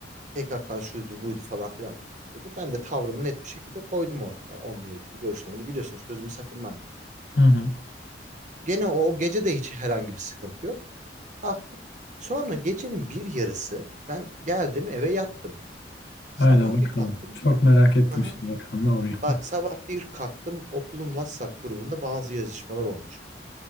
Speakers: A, on the right (about 45°); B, on the left (about 65°).
A: PKK şuydu buydu falan filan da konuşuldu. Ben de tavrımı net bir şekilde koydum ortaya onunla ilgili görüşlerimi de biliyorsunuz sözümü sakınmam yani.
B: hı hı.
A: Gene o, o gece de hiç herhangi bir sıkıntı yok. Kalktık. Sonra gecenin bir yarısı ben geldim eve yattım.
B: Haydi
A: Sabah
B: bakalım.
A: bir kalktım.
B: Çok merak ettim
A: Aha.
B: şimdi bakalım ne oluyor.
A: Bak
B: <laughs>
A: sabah bir kalktım okulun WhatsApp grubunda bazı yazışmalar olmuş.